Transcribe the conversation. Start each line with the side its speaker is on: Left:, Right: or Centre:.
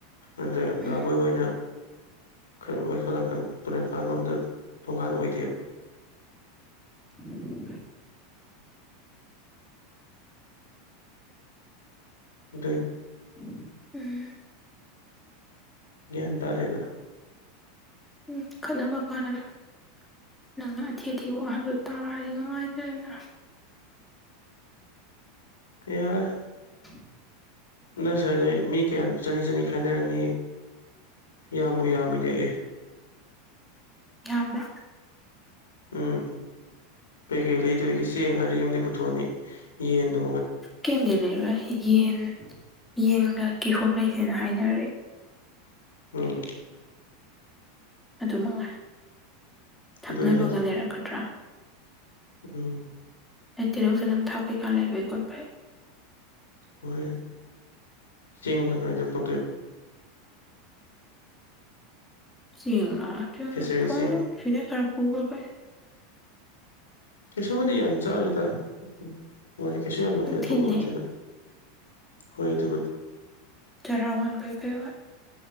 Left: ꯑꯗꯥ
Centre: ꯎꯝ
Left: ꯗꯥꯕꯣꯏ ꯍꯣꯏꯅ ꯈꯔ ꯃꯣꯏ ꯁꯣ ꯅꯥꯀꯟ ꯇꯨꯔꯦꯟꯄꯥꯟ ꯂꯣꯝꯗ ꯊꯣꯡꯒꯥꯟ ꯑꯣꯏꯗꯦꯕ
Centre: <inaudible>
Left: ꯗꯨꯏ
Centre: <unintelligible>
Left: ꯒ꯭ꯌꯥꯟ ꯇꯥꯔꯦꯗ
Centre: ꯎꯝ ꯈꯠꯅꯕ ꯀꯅꯔꯣꯏ ꯅꯪꯅ ꯑꯊꯤ ꯑꯊꯤꯕ ꯍꯥꯏꯕꯗꯨ ꯇꯥꯔꯤ ꯅꯨꯡꯉꯥꯏꯇꯗꯅ
Left: ꯌꯥꯔꯦ
Centre: <inaudible>
Left: ꯅꯪ ꯁꯥꯔ ꯅꯣꯏ ꯃꯤ ꯀꯌꯥꯝ ꯆꯅꯤ ꯆꯅꯤ ꯈꯥꯏꯅꯔꯅꯤ ꯌꯥꯝꯕꯨ ꯌꯥꯝꯃꯤꯅꯦ ꯑꯦ
Centre: ꯌꯥꯝ꯭ꯔ
Left: ꯎꯝ ꯎꯝ ꯀꯩꯀꯩ ꯂꯩꯗꯣꯔꯤꯒꯦ ꯆꯦꯡ ꯍꯥꯏꯔ ꯌꯨꯝꯗꯤ ꯄꯨꯊꯣꯛꯑꯅꯤ ꯌꯦ ꯑꯗꯨ
Centre: ꯀꯦꯝꯗꯤ ꯂꯩꯔꯣꯏ ꯌꯦꯟ ꯌꯦꯟꯒ ꯀꯤꯍꯣꯝ ꯂꯩꯁꯦꯅ ꯍꯥꯏꯅꯔꯦ
Left: ꯎꯝ
Centre: ꯑꯗꯨ ꯃꯉꯥꯏ ꯊꯛꯅꯕꯒ
Left: ꯑꯗꯨꯅꯤ ꯍꯥꯏꯁꯦ
Centre: ꯂꯩꯔꯛꯀꯥꯗ꯭ꯔꯥ
Left: ꯎꯝ
Centre: ꯑꯩ ꯇꯤꯜꯍꯧ ꯆꯅꯝ ꯊꯥꯎ ꯀꯩꯀꯥ ꯂꯩꯕꯩ ꯈꯣꯠꯄꯩ
Left: ꯍꯣꯏ ꯆꯦꯡꯗꯣ ꯅꯣꯏꯗꯩ ꯄꯣꯔꯛꯇꯣꯏꯔꯣ
Centre: ꯆꯦꯡ ꯂꯥꯛꯇ꯭ꯔꯥꯅ
Left: ꯈꯦꯆꯔꯤ
Centre: ꯈ꯭ꯋꯥꯂꯞ
Left: ꯆꯦꯡ
Centre: ꯈꯤꯔꯥ ꯈꯔ ꯄꯨꯕ ꯕꯥꯏ
Left: ꯀꯩꯁꯨꯕꯨꯗꯤ ꯌꯥꯝ ꯆꯥꯔꯣꯏꯗ ꯎꯝ ꯃꯣꯏꯗꯤ ꯀꯩꯁꯨ ꯌꯥꯝꯅ
Centre: ꯅꯨꯡꯊꯤꯟꯅꯦ
Left: ꯀꯩꯅꯣ ꯇꯧꯗꯧ ꯅꯠꯇꯦꯗ ꯍꯣꯏ ꯑꯗꯨꯕꯨꯗꯤ
Centre: ꯆꯔꯥ ꯋꯥꯟꯕꯣꯏ ꯀꯩ ꯑꯣꯏ